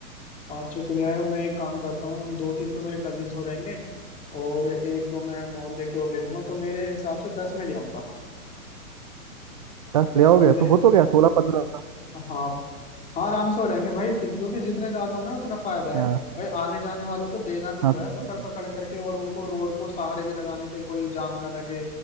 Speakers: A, on the left (about 15°); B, on the right (about 30°).
A: पाँच छह तो ले आएगा मैं एक काम करता हूँ दो तीन तो मेरे कजिन्स हो जाएंगे और एक दो मैं मोहल्ले के और ले लूंगा तो मेरे हिसाब से दस में ले आऊंगा
B: दस
A: दस
B: ले आओगे
A: बंदे
B: तो हो तो गया सोलह पंद्रह
A: हाँ हाँ आराम से हो रहेंगे भाई क्योंकि जितने ज्यादा होंगे ना उतना फायदा
B: हाँ
A: है भाई आने जाने वालों को देना भी तो
B: हाँ सही
A: है पकड़
B: बात है
A: पकड़ करके और उनको रोड को सहारे भी लगाने के कोई जाम ना लगे